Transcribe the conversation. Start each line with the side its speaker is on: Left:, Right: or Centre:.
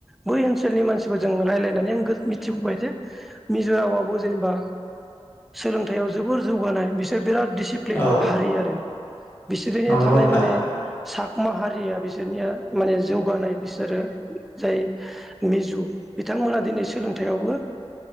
Centre: बै ओनसोलनि मानसिफोरजों रायलायनानै आं मिथिबोबाय जे मिज'रामावबो जेनेबा सोलोंथायाव जोबोर जौगानाय बिसोर बिराद दिसिप्लिन
Left: औ
Centre: हारि आरो। बिसोरजायना
Left: नंगौ
Centre: थानाय
Left: नोंथां
Centre: माने साकमा हारिया बिसोरनिया माने जौगानाय बिसोरो जाय मिजु बिथांमोना दिनै सोलोंथायावबो